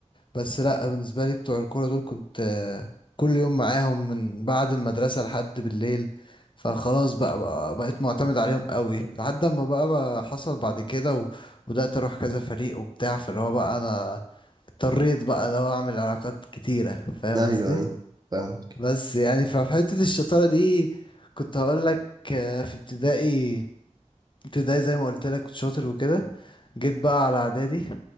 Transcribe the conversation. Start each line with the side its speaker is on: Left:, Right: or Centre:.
Left: بس لا بالنسبة لي بتوع الكورة دول كنت آه، كل يوم معاهم من بعد المدرسة لحد بالليل فخلاص بقى, بقى بقيت معتمد عليهم قوي لحد ما بقى, بقى حصل بعد كده و- وبدأت أروح كذا فريق وبتاع فاللي هو بقى أنا اضطريت بقى اللي هو أعمل علاقات كتيرة فاهم
Right: أيوه
Left: قصدي
Right: أيوه فاهم
Left: بس يعني ففي حتة الشطارة دي كنت هقول لك آه، في ابتدائي ابتدائي زي ما قلت لك كنت شاطر وكده جيت بقى على إعدادي